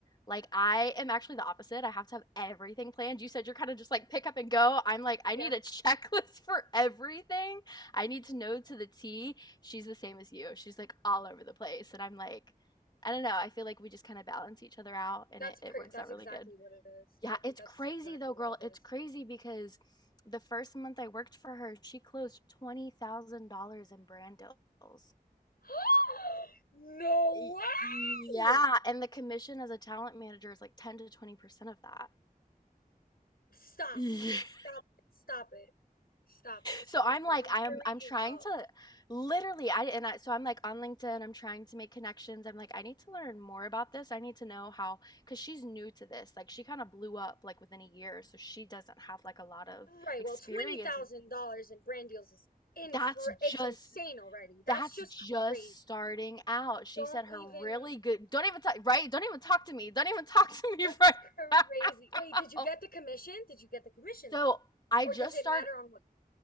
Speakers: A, on the left; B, on the left.
A: Like, I am actually the opposite. I have to have everything planned. You said you're kinda just like pick up and go. I'm like, I
B: Yeah.
A: need a <laughs> checklist for everything. I need to know to the T. She's the same as you. She's like all over the place, and I'm like, I don't know. I feel like we just kinda balance each other out, and
B: That's
A: it
B: per
A: it works
B: that's
A: out really
B: exactly
A: good.
B: what it is.
A: Yeah,
B: I think
A: it's
B: that's
A: crazy
B: exactly
A: though,
B: what
A: girl.
B: it is.
A: It's crazy because the first month I worked for her, she closed $20,000 in brand deals.
B: <gasps> No
A: Y-
B: way!
A: Yeah, and the commission as a talent manager is like 10 to 20% of that.
B: Stop.
A: Yeah.
B: Stop
A: <laughs>
B: it. Stop it. Stop it. Seriously,
A: So I'm like
B: I'm
A: I'm
B: freaking
A: I'm trying
B: out.
A: to literally I and I so I'm like on LinkedIn, I'm trying to make connections. I'm like I need to learn more about this. I need to know how cuz she's new to this. Like she kind of blew up like within a year, so she doesn't have like a lot of
B: Right,
A: experience
B: well, $20,000
A: with
B: in brand deals is incre-
A: that's just
B: it's insane already. That's
A: That's
B: just
A: just
B: crazy.
A: starting out. She
B: Don't
A: said
B: even
A: her really good don't even talk right? Don't even talk to me. Don't even <laughs> talk to
B: This
A: me
B: is
A: right
B: crazy.
A: now.
B: Wait, did you get
A: <laughs>
B: the commission? Did you get the commission
A: So
B: though?
A: I
B: Or
A: just
B: does it
A: started.
B: matter on what?